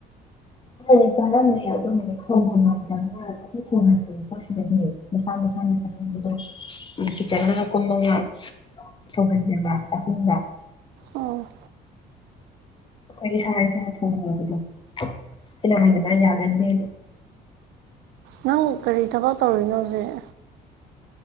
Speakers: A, on the left (about 30°); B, on the right (about 85°).
A: ꯁꯤꯗꯗꯤ ꯆꯥꯔꯝꯃꯦ ꯑꯗꯣ ꯍꯧꯖꯤꯛ ꯊꯣꯡꯉꯝꯃꯣꯏꯗꯕꯅꯤꯅ ꯑꯩꯈꯣꯏ ꯊꯣꯡ ꯉꯕ ꯄꯣꯠꯁꯤꯗꯗꯤ ꯃꯁꯥ ꯃꯁꯥꯅ ꯆꯥꯅꯤꯡꯕꯗꯣ ꯎꯝ ꯀꯤꯆꯟꯅ ꯀꯣꯡ <unintelligible> ꯊꯣꯡꯍꯟꯖꯕ ꯆꯥꯛꯈꯨꯝꯗ
B: ꯑꯣ
A: ꯑꯩꯈꯣꯏ ꯏꯁꯥ ꯏꯁꯥꯅ ꯊꯣꯡꯖꯕꯗꯣ ꯁꯤꯅ ꯍꯥꯏꯅꯉꯥꯏ ꯌꯥꯒꯟꯗꯦ
B: ꯅꯪ ꯀꯔꯤ ꯊꯕꯛ ꯇꯧꯔꯤꯅꯣ ꯍꯧꯖꯤꯛ